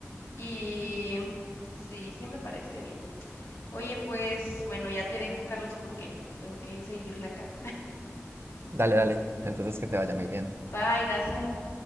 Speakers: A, on the left; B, on the right.
A: Y sí, sí me parece bien. Oye, pues bueno, ya te dejo, Carlos, porque tengo que seguirle acá.
B: Dale, dale. Entonces que te vaya muy bien.
A: Bye, gracias.